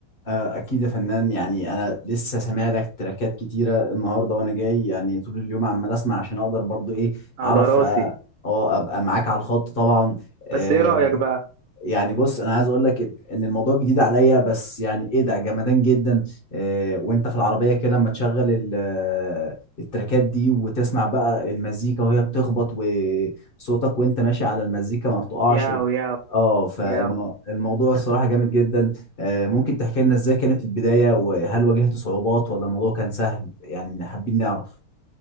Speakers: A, on the left; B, on the right.
A: آه، اكيد يا فنان يعني انا لسه سامع لك تراكات كتيره النهارده وانا جاي يعني طول اليوم عمال اسمع عشان اقدر برضو ايه
B: على
A: اعرف
B: راسي
A: اه آه، ابقى معاك على الخط طبعا آه،
B: بس ايه رأيك بقى
A: يعني بص انا عايز اقول لك ان الموضوع جديد عليا بس يعني ايه ده جمدان جدا إيه وانت في العربيه كده لما تشغل ال- آه، التراكات دي وتسمع بقى المزيكا وهي بتخبط وصوتك وانت ماشي على المزيكا ما بتقعش
B: ياو
A: و...
B: ياو
A: اه فالموضوع
B: ياو
A: الصراحه جامد جدا آه ممكن تحكي لنا ازاي كانت البدايه وهل واجهت صعوبات ولا الموضوع كان سهل يعني حابين نعرف